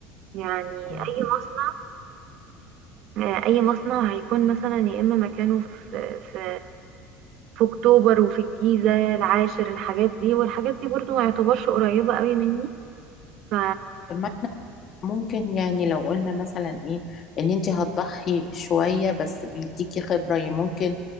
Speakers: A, on the right; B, on the left.
A: يعني
B: مم.
A: اي مصنع آه، اي مصنع هيكون مثلا يا اما مكانه في في في اكتوبر وفي الجيزه العاشر الحاجات دي والحاجات دي برضو ما يعتبرش قريبه قوي مني ف
B: طب ممكن يعني لو قلنا مثلا ايه ان انت هتضحي شوية بس بيديكي خبرة يعني ممكن